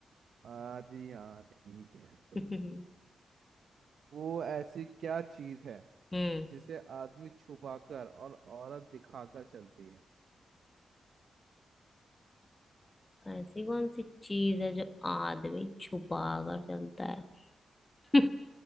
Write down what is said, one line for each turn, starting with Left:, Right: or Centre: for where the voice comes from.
Right: हाँ जी हाँ ठीक है तो
Left: <laughs>
Right: वो ऐसी क्या चीज है
Left: हम्म
Right: जिसे आदमी छुपाकर और औरत दिखाकर चलती है
Left: ऐसी कौन सी चीज है जो आदमी छुपा कर चलता है <laughs>